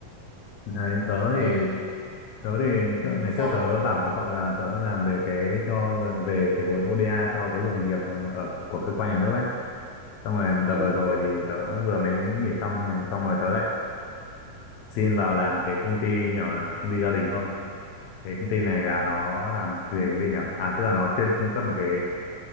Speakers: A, on the left (about 85°); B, on the left (about 70°).
A: Này tớ thì
B: thì
A: tớ thì
B: ừ,
A: trước, ngày
B: sao
A: trước tớ bảo với cậu là tớ làm về cái cho về cái vốn ODA cho giáo dục nghề nghiệp ở, ở của cơ quan nhà nước ấy xong rồi
B: ừ
A: đợt vừa rồi thì tớ vừa mới nghỉ xong rồi- xong rồi tớ lại xin vào làm cái công ty nhỏ cái công ty gia đình thôi cái công ty này là nó làm về
B: ừ
A: cái gì nhỉ à tức là nó chuyên cung cấp một cái